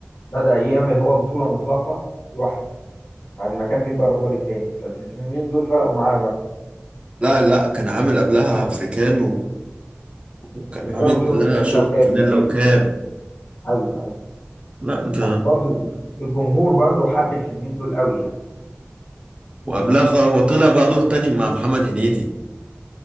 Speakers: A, on the left; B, on the right.
A: بدا يعمل هو بطوله مطلقه لوحده بعد ما كان بيبقى الرجل التاني فالفيلمين دول فرقوا معاه برضو
B: لا لا كان عامل قبلها أفريكانو وكان
A: افريكانو
B: عامل
A: وشورت
B: قبلها
A: وفانيلا
B: شورت
A: وكاب
B: فانيلا
A: تقريبا
B: وكاب
A: ايوه ايوه
B: لا أنت
A: بس برضو الجمهور برضو حب الفيلمين دول قوي يعني
B: وقبلها خ- هو طلع بقى دور تاني مع محمد هنيدي